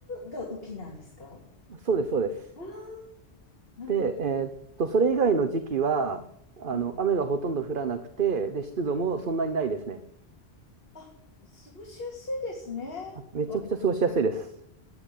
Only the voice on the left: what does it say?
が雨季なんですか
ああー、なるほど。
うん、
あ、過ごしやすいですね。
わ